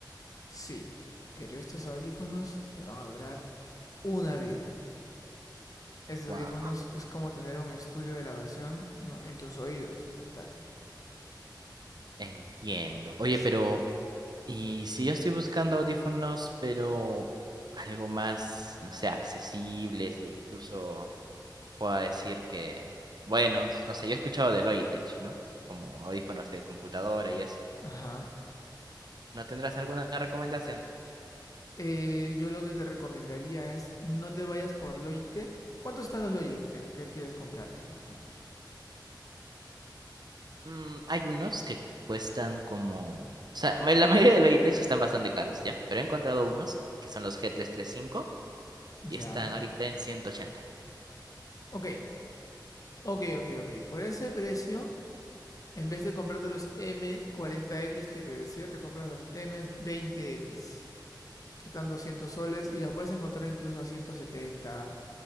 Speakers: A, on the left; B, on the right.
A: Sí, pero estos audífonos te van a durar una vida. Estos
B: wow.
A: audífonos es como tener un estudio de grabación, ¿no? en tus oídos, portátil.
B: Entiendo. Oye,
A: Sí.
B: pero, ¿y si yo estoy buscando audífonos, pero algo más, no sé, accesibles e incluso... pueda decir que buenos. No sé, yo he escuchado de Logitech, ¿no? Como audífonos de computadora y eso.
A: Ajá.
B: ¿No tendrás alguna recomendación?
A: Eh, yo lo que te recomendaría es no te vayas por Logitech. ¿Cuántos están los Logitech que quieres comprarte, por ejemplo?
B: Mm, hay unos que cuestan como... O sea, ma- la mayoría de Logitech están bastante caros, ¿ya? Pero he encontrado unos que son los G335 y cinco
A: Ya.
B: y están ahorita en ciento ochenta
A: Ok, ok, ok, ok. Por ese precio En vez de comprarte los m cuarenta x que te decía, te compras los m veinte x que están 200 soles y los puedes encontrar incluso a ciento setenta